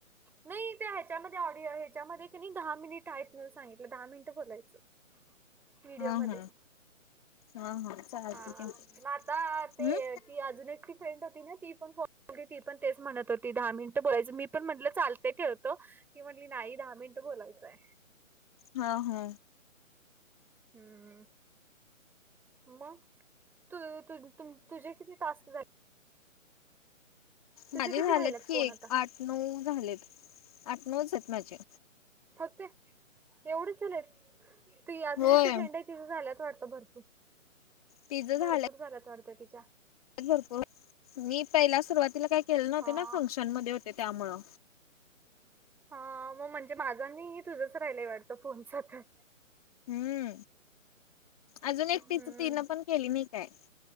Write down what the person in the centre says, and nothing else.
नाही त्या ह्याच्यामध्ये ऑडिओ ह्याच्यामध्ये कनई दहा मिनिट आहेत म्हणून सांगितलं, दहा मिनिट बोलायचं. <inaudible> व्हिडिओमध्ये
हा
मग आता
ते ती अजून एकटी फ्रेंड होती ना ती पण ती पण तेच म्हणत होती., दहा मिनिटं बोलायचं. मी पण म्हटलं चालतंय ठेवतो. ती म्हटली नाही दहा मिनिटं बोलायचंय.
हम्म. मग तु-तु-तुम-तुझे किती टास्क झाले? तुझे
किती
राहिलेत
फोन
आता
फक्त एवढेच झालेत? ही अजून
एक ती फ्रेंड आहे तिचं झाल्यात वाटतं भरपूर,
भरपूर झाल्यात वाटत तिच्या.
हा
हा मग म्हणजे माझं आणि तुझंच राहिलंय वाटतं फोनच काम.
हम्म